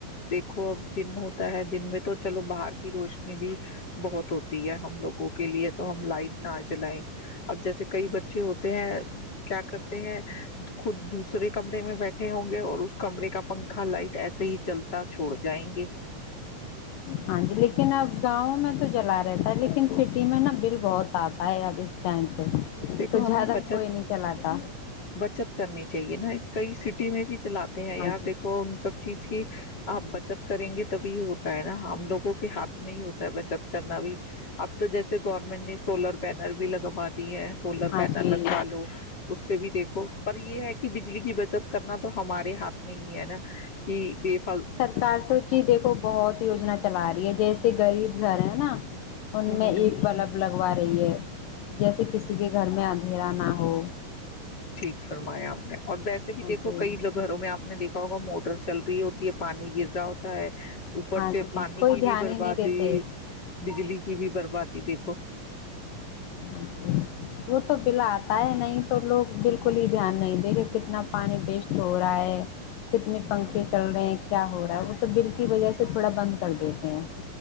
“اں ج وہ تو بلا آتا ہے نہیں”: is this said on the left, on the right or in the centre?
Left